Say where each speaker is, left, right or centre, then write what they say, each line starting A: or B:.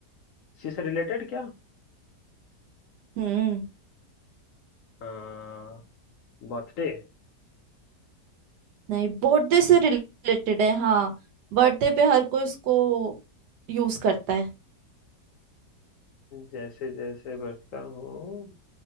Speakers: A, on the left (about 65°); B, on the right (about 80°).
A: इसी से रिलेटेड क्या
B: हम्म
A: हाँ बर्थडे
B: नहीं बर्थडे से रिलेटेड है हाँ बर्थडे पे हर कोई इसको यूज करता है
A: जैसे जैसे बढ़ता हूँ